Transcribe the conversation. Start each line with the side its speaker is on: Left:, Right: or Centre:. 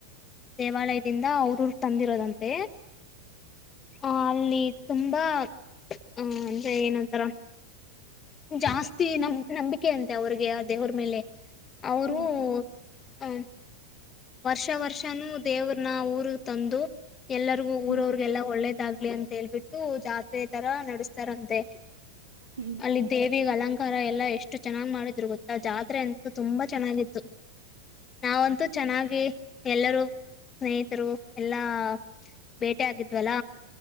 Left: ದೇವಾಲಯದಿಂದ ಅವ್ರೂ್ರ ತಂದಿರೋದಂತೆ ಆ ಅಲ್ಲಿ ತುಂಬಾ ಆ ಅಂದ್ರೆ ಏನಂತಾರ ಜಾಸ್ತಿ ನಮ ನಂಬಿಕೆ ಅಂತೆ ಅವ್ರಿಗೆ ದೇವ್ರ ಮೇಲೆ ಅವರು
Right: ಓಹೋ
Left: <unintelligible> ವರ್ಷ ವರ್ಷನೂ ದೇವ್ರನ ಊರಗ್ ತಂದು ಎಲ್ಲರಿಗೂ
Right: ಹ್ಮ್
Left: ಊರವ್ರರಿಗೆ ಎಲ್ಲ ಒಳ್ಳೆದ್ <unintelligible> ದಾಗ್ಲಿ ಅಂತ ಹೇಳ್ಬಿಟ್ಟು ಜಾತ್ರೆ ತರ ನಡಸ್ <unintelligible> ತರಂತೆ
Right: ಹ್ಮ್
Left: ಅಲ್ಲಿ ದೇ <unintelligible> ಅಲಂಕಾರ ಎಲ್ಲ ಎಷ್ಟು ಚೆನ್ನಾಗ ಮಾಡಿದ್ರು ಗೊ ಜಾತ್ರೆ ಅಂತೂ ತುಂಬಾ ಚೆನ್ನಾಗಿತ್ತು ನಾವ <unintelligible> ಚೆನ್ನಾಗಿ ಎಲ್ಲರೂ ಸ್ನೇಹಿತರು ಎಲ್ಲಾ ಭೇಟೆ ಆಗಿದ್ವಲ್ಲ